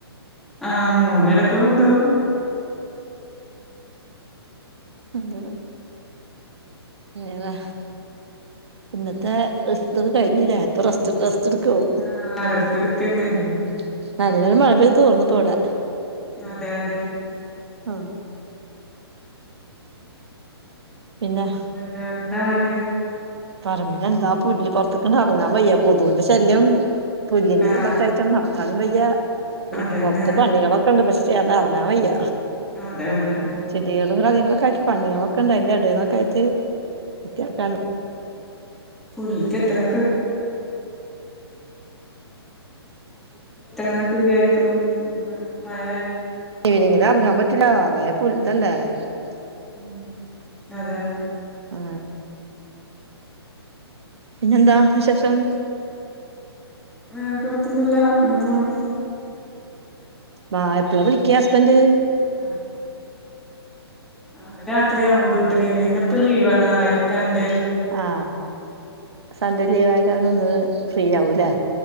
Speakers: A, in the centre; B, on the right (about 75°).
A: ആ മോനടക്ക് കൊണ്ടോവും.
B: അങ്ങനെ ഏതാ? ഇന്നത്തെ <unintelligible> കഴിഞ്ഞില്ലേ ഇപ്പൊ ക്കവും
A: ആ റെസ്റ്റ് എടുക്കന്നെ
B: ഉം നല്ലൊരു മഴ പെയ്ത് തോർന്നിപ്പോ ഇവിടെ.
A: അതെ അതെ.
B: ആ പിന്നെ
A: വേറെന്താ അത്?
B: പറമ്പിൽ എന്താ പുല്ല് പുറത്തക്ക ഇറങ്ങാൻ വയ്യ. കൊതുവിന്റെ ശല്യം പുല്ലിന്റെ
A: ആഹ്
B: <unintelligible> ഇതൊക്കായിട്ട് നടക്കാനും വയ്യ. ഇ
A: അതന്നെ
B: പൊറത്ത് പണികളൊക്കെ ഉണ്ട് പക്ഷെ <unintelligible> ഇറങ്ങാൻ വയ്യ.
A: അതെ അതെ കൊതുകുണ്ട്
B: ചെടികളും കാര്യങ്ങളൊക്കെ ആയിട്ട് പണികളൊക്കെ
A: ഉം
B: ഉണ്ട് അതിന്റെ എടന്നൊക്കെ ആയിട്ട് <unintelligible>
A: <unintelligible> ഉം പുല്ല് ചെത്തണം എന്നൊക്കെ വിചാരിക്കും <unintelligible> മഴ
B: <unintelligible>
A: ഉം അതെ.
B: ആ. പിന്നെന്താ വിശേഷം?
A: വേറെ <unintelligible> അങ്ങനെ പോണ്.
B: വാ എപ്പളാ വിളിക്ക ഹസ്ബന്ഡറ്?
A: <inaudible> ആ രാത്രിയാവും ഡ്യൂട്ടി കഴിഞ്ഞ ഇന്ന് ഇപ്പോ ലീവ <unintelligible>
B: ആ സൺഡേ ലീവ് ആയത് കാരണം ഇന്ന് ഫ്രീ ആവൂല്ലേ?